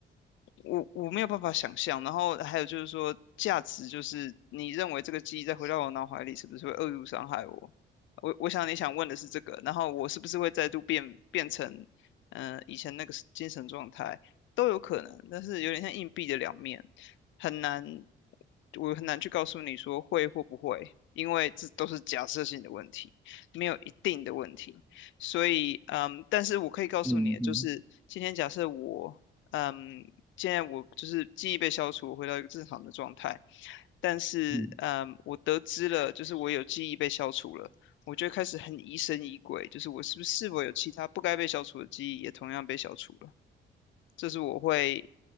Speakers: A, on the left; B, in the centre.
A: 我我没有办法想象。然后还有就是说，价值就是你认为这个记忆再回到我脑海里，是不是会恶意伤害我？我我想你想问的是这个，然后我是不是会再度变变成，嗯、以前那个精神状态都有可能，但是有点像硬币的两面，很难，我很难去告诉你说会或不会。因为这都是假设性的问题，没有一定的问题。所以，嗯，但是我可以告诉你，
B: 嗯嗯
A: 就是今天假设我，嗯，现在我就是记忆被消除，我回到一个正常的状态，但是，
B: 嗯
A: 嗯，我得知了，就是我有记忆被消除了，我就会开始很疑神疑鬼，就是我是不是是否有其他不该被消除的记忆也同样被消除了。这是我会